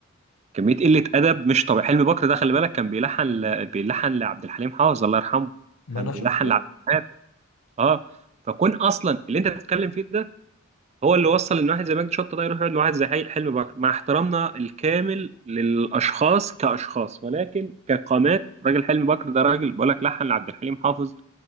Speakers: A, on the right; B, on the left.
A: كمية قلة أدب مش طبيعي حلمي بكر ده خلي بالك كان بيلحن ل... بيلحن لعبد الحليم حافظ الله يرحمه
B: ما
A: كان
B: أنا
A: بيلحن
B: شفته
A: لعبد الوهاب اه فكون أصلا اللي أنت بتتكلم فيه ده هو اللي وصل إن واحد زي مجدي شطة ده يروح يقعد مع واحد زي حي- حلمي بكر مع احترامنا الكامل للأشخاص كأشخاص ولكن كقامات راجل حلمي بكر ده راجل بقول لك لحن لعبد الحليم حافظ